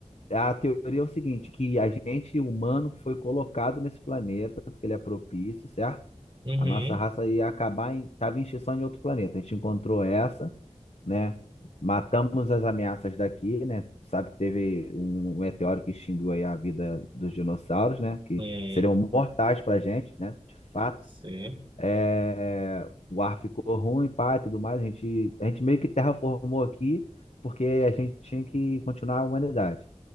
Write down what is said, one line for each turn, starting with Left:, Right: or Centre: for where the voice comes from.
Left: A teoria é o seguinte, que a gente humano foi colocado nesse planeta porque ele é propício, certo?
Right: Uhum.
Left: A nossa raça ia acabar em, tava em extinção em outro planeta. A gente encontrou essa, né? Matamos as ameaças daqui, né? Sabe que teve um um meteoro que extinguiu aí a vida dos dinossauros, né? Que
Right: É,
Left: seriam mortais pra gente, né? De fato.
Right: sim.
Left: É, o ar ficou ruim, pá, e tudo mais. A gente, a gente meio que terraformou aqui porque a gente tinha que continuar a humanidade.